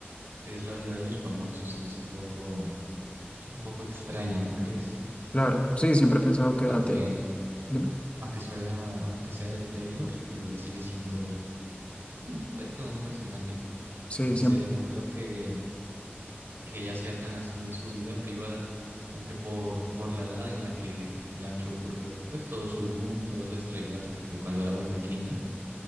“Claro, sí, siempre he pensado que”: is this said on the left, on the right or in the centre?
Left